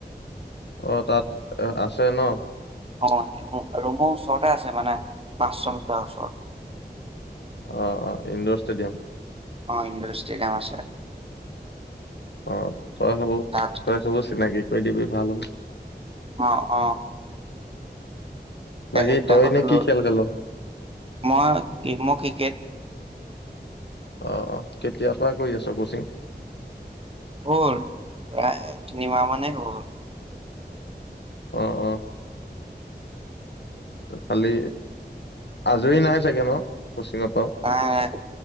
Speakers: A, on the left; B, on the right.
A: অ তাত আছে ন?
B: অ ৰুমৰ ওচৰতে আছে মানে পাঁচশ মিটাৰৰ ওচৰত।
A: অ, অ, ইণ্ডৰ ষ্টেডিয়াম।
B: অ ইণ্ডৰ ষ্টেডিয়াম আছে।
A: অ তই হব
B: তাত
A: তই সবৰ চিনাকি। কৰি দিবি ভাল হ'ব।
B: অ, অ,
A: বাকী
B: সেইবিলাকতো
A: তই এনে কি
B: লৈ
A: খেল খেল অ
B: মই মই ক্ৰিকেট
A: অ, অ, কেতিয়া পৰা কৰি আছ কচিং।
B: হ'ল প্ৰায় তিনিমাহ মানে হৈ গ'ল।
A: অ, অ'। তই খালি আজৰি নাই চাগে ন? কচিঙৰ পৰাও
B: নাই,